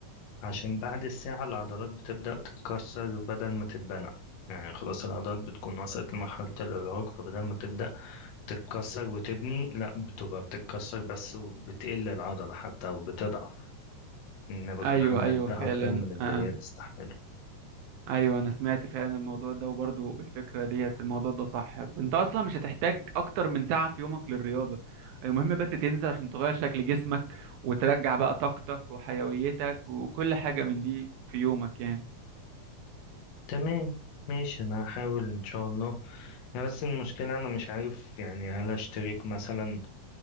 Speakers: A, on the left (about 70°); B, on the right (about 80°).
A: عشان بعد الساعة العضلات بتبدأ تتكسر بدل ما تتبنى يعني خلاص العضلات بتكون وصلت لمرحلة الإرهاق فبدل ما تبدأ تتكسر وتبني لا بتبقى بتتكسر بس وبتقل العضلة حتى وبتضعف إن أنا بكون
B: ايوه
A: حملتها
B: ايوه فعلا
A: أكتر من اللي
B: آه.
A: هي بتستحمله
B: ايوه انا سمعت فعلا الموضوع ده وبرضو الفكرة ديت الموضوع ده صح انت اصلا مش هتحتاج اكتر من ساعة في يومك للرياضة المهم بس تنزل عشان تغير شكل جسمك وترجع بقى طاقتك وحيويتك وكل حاجة من دي في يومك يعني
A: تمام ماشي انا هحاول ان شاء الله هي بس المشكلة انا مش عارف يعني هل اشترك مثلا